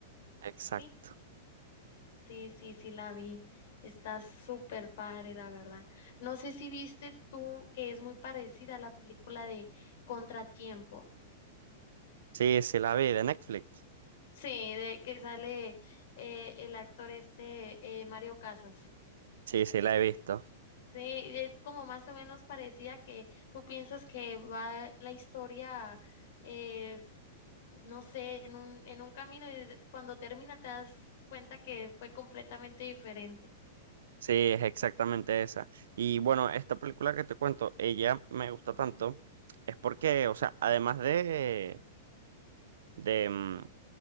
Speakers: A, on the right; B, on the left.
A: exacto.
B: Sí, sí, sí, sí la vi. Está súper padre, la verdad. No sé si viste tú que es muy parecida a la película de Contratiempo.
A: Sí, sí la vi de Netflix.
B: Sí, de que sale eh, el actor este eh, Mario Casas.
A: Sí, sí la he visto.
B: Sí, es como más o menos parecida que tú piensas que va la historia eh, no sé, en un, en un camino y de- cuando termina te das cuenta que fue completamente diferente.
A: Sí, es exactamente esa. Y bueno, esta película que te cuento, ella me gusta tanto, es porque, o sea, además de, de, mm,